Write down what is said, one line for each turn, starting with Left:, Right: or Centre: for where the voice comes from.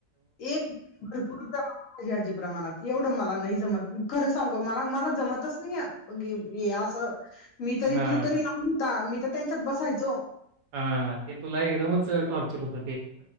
Left: एक भरपूर प्रमाणात भाजी प्रमाणात एवढं मला नाही जमत खरं सांगू का मला हे जमतच नाहीये हे असं मी तरी
Right: हा
Left: तू तर लांब होता मी तरी त्यांच्यात बसायचो.
Right: हा ते तुला एकदमच टॉर्चर होत.